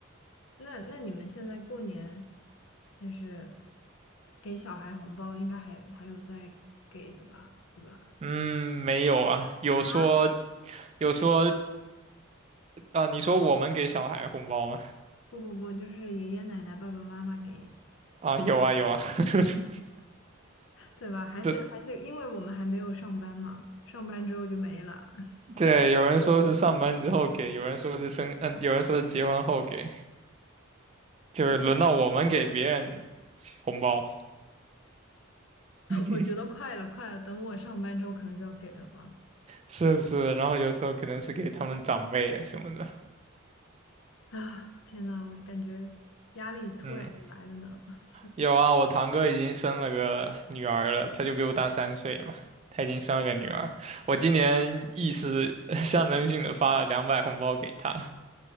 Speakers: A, on the left (about 70°); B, on the right (about 30°).
A: 那那你们现在过年就是给小孩红包，应该还还有在给的吧，对吧？
B: 嗯，没有啊，有说
A: 啊，
B: 有说，啊，你说我们给小孩红包吗？
A: 不不不，就是爷爷奶奶、爸爸妈妈给，
B: 啊，有啊有啊，<laughs>
A: 对吧？还是还是因为我们还没有上班嘛，
B: 对
A: 上班之后就没了。<laughs>
B: 对，有人说是上班之后给，有人说是生，嗯、有人说是结婚后给，就是轮到我们给别人
A: 那
B: 红包，<laughs>
A: 我觉得快了，快了，等我上班之后可能就要给了吧。
B: 是不是？然后有时候可能是给他们长辈啊什么的，
A: 啊，天呐，我就感觉压力突然就来了呢。
B: 嗯。
A: <laughs>
B: 有啊，我堂哥已经生了个女儿了，他就比我大三岁嘛，他已经生了个女儿。我今年意思 <laughs> 象征性的发了两百红包给他，